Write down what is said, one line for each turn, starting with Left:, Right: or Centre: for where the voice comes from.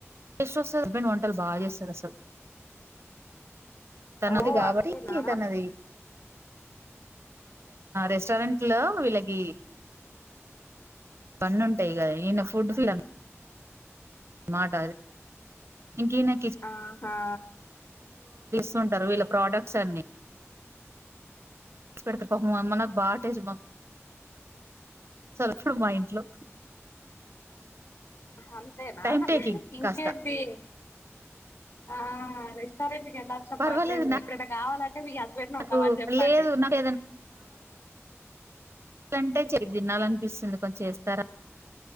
Right: నా హస్బెండ్ వంటలు బాగ చేస్తాడు అసల్ తనది
Left: ఓ
Right: కాబట్టి
Left: అంతేనా
Right: తనది రెస్టారెంట్ లో వీళ్ళకి పన్ను ఉంటాయి కదా నేను ఫుడ్ ఫిల్ మాట ఇంకీనే
Left: ఆహా
Right: వుంటారు వీళ్ళ ప్రోడక్ట్స్ అన్ని పెడతే <unintelligible> నాకు బాగా టేస్ట్ సారి వచ్చి చూడు మా ఇంట్లో
Left: అంతేనా
Right: టైం టేకింగ్
Left: ఇంకేంటి
Right: కాస్త
Left: ఆ రెస్టారెంట్ ఎళా చెప్పాలి
Right: పర్వాలేదు
Left: నేను. ఎప్పుడన్నా కావాలంటే మీ హస్బెండ్
Right: నాకు
Left: ఉండమని చెప్పండి.
Right: లేదు నాకు ఇది తినాలనిపిస్తుంది కొం చేస్తారా